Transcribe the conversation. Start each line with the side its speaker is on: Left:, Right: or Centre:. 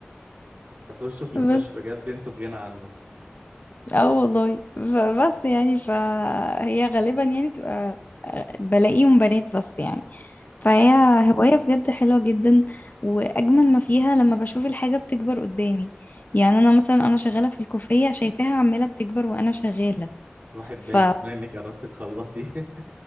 Right: هتخشوا في
Left: بس
Right: نقاش بجد انتوا بغنى عنه
Left: اه والله بس يعني فهي غالبا يعني تبقى آه، بلاقيهم بنات بس يعني فهي هواية بجد حلوة جدا وأجمل ما فيها لما بشوف الحاجة بتكبر قدامي يعني أنا مثلا أنا شغالة في الكوفية شايفاها عمالة بتكبر وأنا شغالة
Right: روحي ببال
Left: ف
Right: كمان انك قربتي تخلصي <laughs>